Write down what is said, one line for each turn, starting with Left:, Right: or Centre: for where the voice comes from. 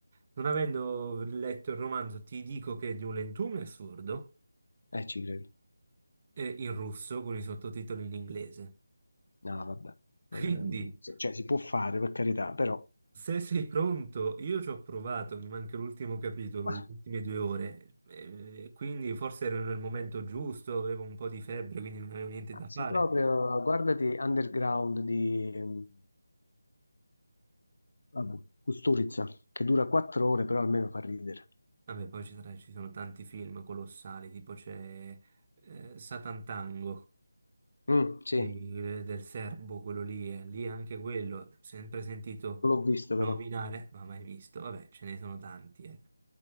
Right: Non avendo letto il romanzo ti dico che è di un lentume assurdo,
Left: Eh, ci credo.
Right: e in russo con i sottotitoli in inglese,
Left: No, vabbè,
Right: Certo.
Left: Eh,
Right: quindi
Left: se- cioè si può fare per carità, però
Right: Se sei pronto, io ci ho provato, mi manca l'ultimo capitolo,
Left: ma
Right: le ultime due ore, eh, quindi forse ero nel momento giusto, avevo un po' di febbre, quindi non avevo niente da
Left: se
Right: fare.
Left: proprio guardati Underground di ehm, vabbè, Kusturica, che dura quattro ore, però almeno fa ridere.
Right: Vabbè, poi ci, sarà- ci sono tanti film colossali, tipo c'è eh, Satan Tango
Left: Mm, sì,
Right: di-
Left: non
Right: del serbo, quello lì, eh, lì anche quello, sempre sentito
Left: l'ho visto
Right: Nominare,
Left: però.
Right: ma mai visto. Vabbè, ce ne sono tanti, eh.